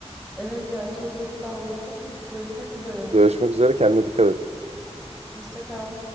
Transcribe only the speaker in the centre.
Evet ya çok çok sağ olasın. Görüşmek üzere.
Hoşça kal.